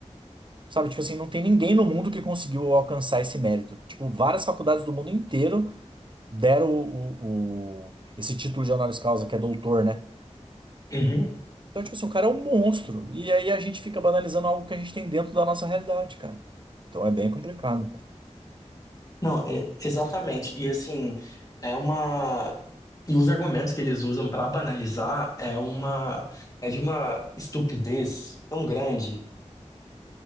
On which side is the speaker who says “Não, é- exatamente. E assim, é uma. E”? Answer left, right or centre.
Left